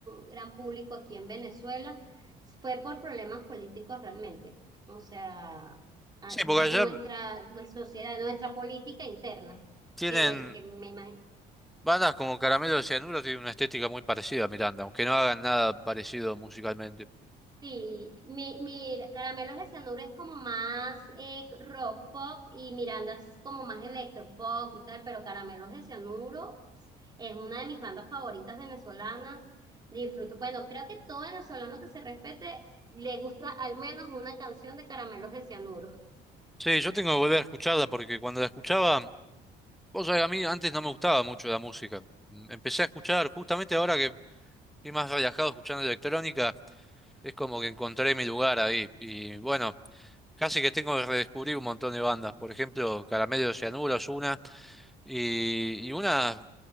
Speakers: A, on the right; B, in the centre.
A: gran público aquí en Venezuela. Fue por problemas políticos realmente, o sea, a-
B: Sí,
A: de
B: porque allá
A: nuestra, nuestra sociedad, de nuestra política interna
B: tienen
A: que, le- que me imagino
B: Bandas como Caramelo de Cianuro tienen una estética muy parecida a Miranda, aunque no hagan nada parecido musicalmente.
A: Sí, mi, mi Caramelos de Cianuro es como más eh, rock pop y Miranda es como más electropop y tal, pero Caramelos de Cianuro es una de mis bandas favoritas venezolanas. Disfruto, bueno, creo que todo venezolano que se respete le gusta al menos una canción de Caramelos de Cianuro.
B: Sí, yo tengo que volver a escucharla porque cuando la escuchaba, vos sabés, a mí antes no me gustaba mucho la música. Mm, Empecé a escuchar, justamente ahora que estoy más relajado escuchando electrónica, es como que encontré mi lugar ahí. Y bueno, casi que tengo que redescubrir un montón de bandas. Por ejemplo, Caramelo de Cianuro es una, y, y una